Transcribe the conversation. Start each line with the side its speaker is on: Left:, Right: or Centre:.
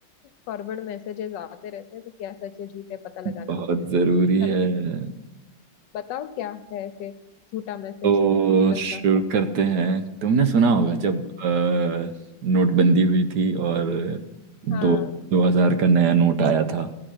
Left: फॉरवर्ड मैसेजेस आते रहते हैं तो क्या सच है झूठ है पता लगाना
Right: बहुत
Left: होता
Right: ज़रूरी
Left: है। चलो
Right: है
Left: बताओ क्या है फिर झूठा मैसेज
Right: तो
Left: हम तक
Right: शुरू
Left: का
Right: करते हैं तुमने सुना होगा जब
Left: हम्म,
Right: अ, नोटबंदी हुई थी और दो
Left: हाँ
Right: दो हजार का नया नोट आया था